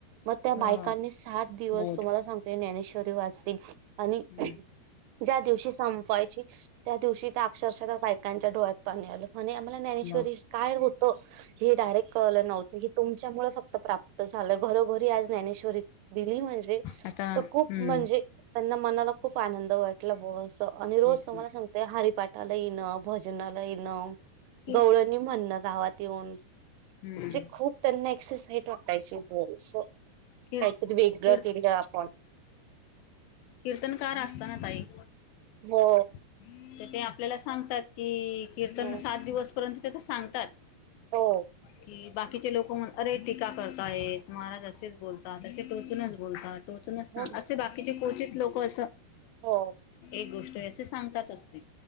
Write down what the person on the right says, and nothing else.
मग त्या
बायकांनी सात दिवस
तुम्हाला सांग ते ज्ञानेश्वरी वाचली. आणि
ज्या दिवशी संपवायची, त्या दिवशी त्या अक्षरशः त्या बायकांच्या डोळ्यात पाणी आल. म्हणे, आम्हाला ज्ञानेश्वरी
काय होत हे डायरेक्ट कळल नव्हत. हे तुमच्यामुळे फक्त प्राप्त झाल. घरोघरी आज ज्ञानेश्वरी दिली म्हणजे,
तो
खूप म्हणजे त्यांना मनाला खूप आनंद वाटल बुवा अस. आणि रोज
तुम्हाला
सांगते हरीपाठाला येण, भजनाला येण
गवळनी म्हणण गावात येऊन.
ची खूप त्यांना एक्ससाईट वाटायची हो अस.
काहीतरी वेगळ
केल आपण.
हो
हो
हो
हो
हो